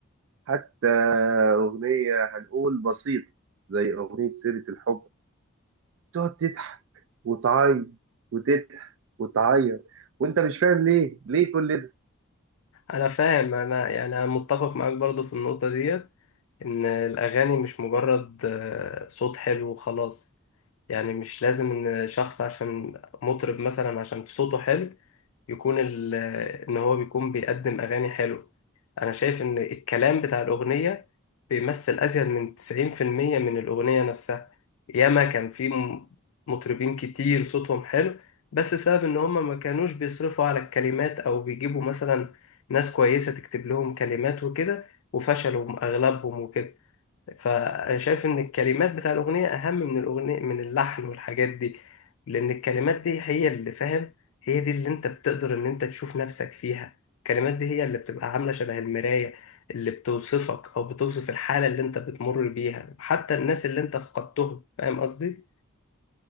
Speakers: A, on the right (about 65°); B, on the left (about 75°).
A: حتى أغنية هنقول بسيطة زي أغنية سيرة الحب تقعد تضحك وتعيط وتضحك وتعيط وانت مش فاهم ليه ليه كل ده
B: انا فاهم انا يعني انا متفق معاك برضه في النقطة ديت ان الاغاني مش مجرد آه، صوت حلو وخلاص يعني مش لازم ان شخص عشان مطرب مثلا عشان صوته حلو يكون ال... ان هو بيكون بيقدم اغاني حلو انا شايف ان الكلام بتاع الاغنيه بيمثل ازيد من 90% من الاغنيه نفسها ياما كان في م- مطربين كتير صوتهم حلو بس بسبب ان هم ما كانوش بيصرفوا على الكلمات او بيجيبوا مثلا ناس كويسه تكتب لهم كلمات وكده وفشلوا اغلبهم وكده فانا شايف ان الكلمات بتاع الاغنيه اهم من الاغنيه من اللحن والحاجات دي لان الكلمات دي هي اللي فاهم هي دي اللي انت بتقدر ان انت تشوف نفسك فيها الكلمات دي هي اللي بتبقى عامله شبه المرايه اللي بتوصفك او بتوصف الحاله اللي انت بتمر بيها حتى الناس اللي انت فقدتهم فاهم قصدي